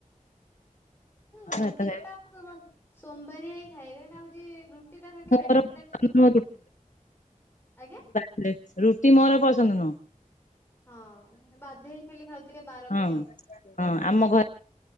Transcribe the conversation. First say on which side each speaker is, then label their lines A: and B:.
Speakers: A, on the left; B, on the left.
A: ହଁ
B: ରୁଟି
A: ଭାତ
B: ତ
A: ଖାଇବା।
B: ଆ ସୋମବାରିଆ ହିଁ ଖାଇବେ ନା ଆଉ ସେଟା ଖ
A: ମୋର
B: ପେଟଟା
A: ପସନ୍ଦ
B: ଟିକେ
A: ନୁହଁ
B: ପୁର ଆଜ୍ଞା?
A: ଖ ରୁଟି ମୋର ପସନ୍ଦ ନୁହଁ।
B: ହଁ ବାଧ୍ୟ ହେଇ ଖାଲି ଖାଉଥିବେ ବାର
A: ହଁ।
B: ପାଇଁ ଆଉ।
A: ହଁ ଆମ ଘରେ